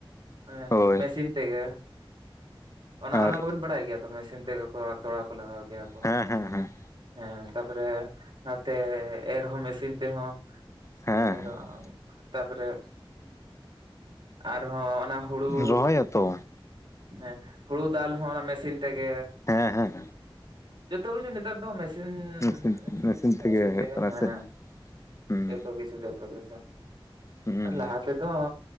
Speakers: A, on the right (about 60°); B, on the left (about 30°).
A: ᱚᱱᱮ
B: ᱦᱳᱭ
A: ᱢᱮᱥᱤᱱ ᱛᱮᱜᱮ। ᱚᱱᱟ
B: ᱟᱨ
A: ᱚᱱᱟ ᱠᱚᱵᱤᱱ ᱵᱟᱲᱟᱭ ᱜᱮᱭᱟ ᱛᱚ ᱢᱮᱥᱤᱱ ᱛᱮᱜᱮ ᱛᱚᱲᱟ ᱠᱚ ᱞᱟᱜᱟᱣ ᱜᱮᱭᱟ। ᱠᱚ
B: ᱦᱮᱸ ᱦᱮᱸ ᱦᱮᱸ।
A: ᱦᱮᱸ ᱛᱟᱯᱚᱨᱮ ᱱᱟᱛᱮ ᱮᱨᱦᱚᱸ ᱢᱮᱥᱤᱱ ᱛᱮᱦᱚᱸ।
B: ᱦᱮᱸ
A: ᱮᱨᱚᱜ ᱛᱟᱯᱚᱨᱮ ᱟᱨᱦᱚᱸ ᱚᱱᱟ ᱦᱩᱲᱩ
B: ᱨᱚᱦᱚᱭᱟᱛᱚ
A: ᱦᱮᱸ ᱦᱩᱲᱩ ᱫᱟᱞ ᱦᱚᱸ ᱚᱱᱟ ᱢᱮᱥᱤᱱ ᱛᱮᱜᱮᱼᱼ
B: ᱦᱮᱸ ᱦᱮᱸ
A: ᱡᱚᱛᱚ ᱠᱤᱪᱷᱩ ᱱᱮᱛᱟᱨ ᱫᱚ ᱢᱮᱥᱤᱼᱼ ᱦᱩᱸ
B: ᱢᱮᱥᱤᱱ
A: ᱦᱩᱸ ᱤᱥᱤᱱᱟᱜ
B: ᱢᱮᱥᱤᱱ
A: ᱤᱥᱤᱱ
B: ᱦᱩᱭᱩᱜ
A: ᱛᱮᱜᱮ
B: ᱠᱟᱱᱟ
A: ᱦᱮᱸ
B: ᱥᱮ ᱦᱩᱸ
A: ᱛᱚ ᱠᱤᱪᱷᱩ ᱡᱚᱛᱚ ᱠᱤᱪᱷᱩ
B: ᱦᱩᱸ
A: ᱟᱨ ᱞᱟᱦᱟᱛᱮᱫᱚᱻ